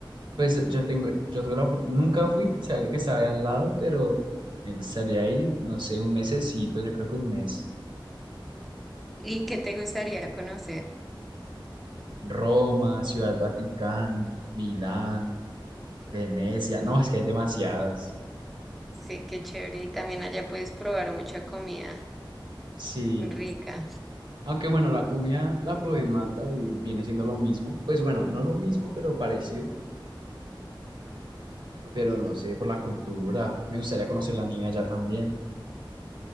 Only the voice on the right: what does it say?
pues yo tengo, yo tuve la opor- nunca fui, sabía que estaba ahí al lado, pero me gustaría ir, no sé, un mesecito, yo creo que un mes.
Roma, Ciudad del Vaticano, Milán, Venecia, no,
es que hay demasiadas.
Sí,
aunque bueno, la comida la probé en Malta y viene siendo lo mismo, pues bueno, no lo mismo, pero parecido. pero no sé, por la cultura. Me gustaría conocer la nieve allá también. <laughs>